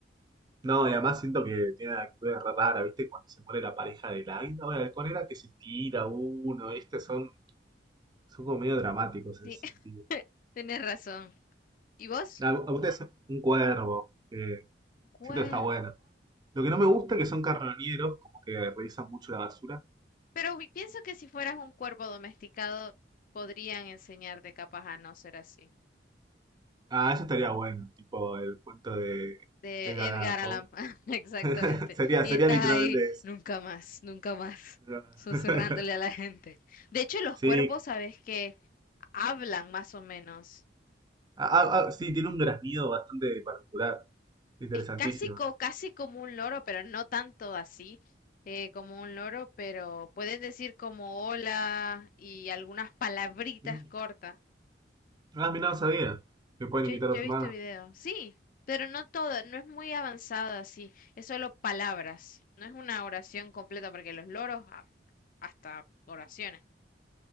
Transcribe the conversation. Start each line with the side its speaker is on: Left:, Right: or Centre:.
Right: No, y además siento que tiene actitudes raras, ¿viste? Cuando se muere la pareja del águila o el halcón era que se tira uno, ¿viste? Son, son como medio dramáticos
Left: Sí,
Right: en ese
Left: <laughs>
Right: sentido.
Left: tienes razón. ¿Y vos?
Right: A, a ustedes un cuervo, que
Left: Un Cuervo.
Right: siento que está bueno. Lo que no me gusta es que son carroñeros, como que revisan mucho la basura.
Left: Pero vi- pienso que si fueras un cuervo domesticado, podrían enseñarte capaz a no ser así.
Right: Ah, eso estaría bueno, tipo el cuento de
Left: De
Right: Edgar
Left: Edgar
Right: Allan
Left: Allan
Right: Poe.
Left: Poe, <laughs> exactamente.
Right: <laughs> Sería,
Left: Y
Right: sería
Left: estás
Right: literalmente
Left: ahí,
Right: eso.
Left: nunca más, nunca más,
Right: Pero-
Left: susurrándole
Right: <laughs>
Left: a la gente. De hecho, los
Right: Sí,
Left: cuervos, sabes que hablan más o menos.
Right: Ah, ah, ah, sí, tiene un graznido bastante particular, interesantísimo.
Left: Es casi, co- casi como un loro, pero no tanto así eh, como un loro, pero pueden decir como hola y algunas palabritas
Right: Mm,
Left: cortas.
Right: Ah, mira, no sabía que pueden
Left: Yo,
Right: imitar
Left: yo
Right: a los
Left: he visto
Right: humanos.
Left: video, sí, pero no todo, no es muy avanzado así, es solo palabras, no es una oración completa porque los loros a- hasta oraciones.